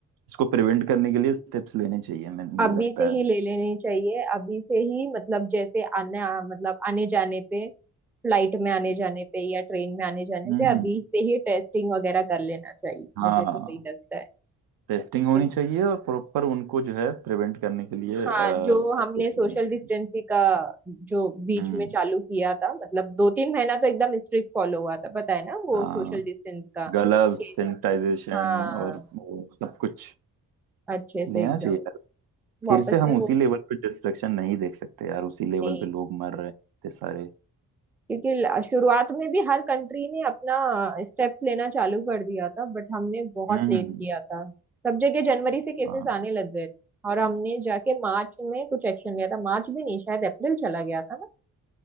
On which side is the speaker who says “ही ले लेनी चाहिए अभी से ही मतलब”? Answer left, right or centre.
Centre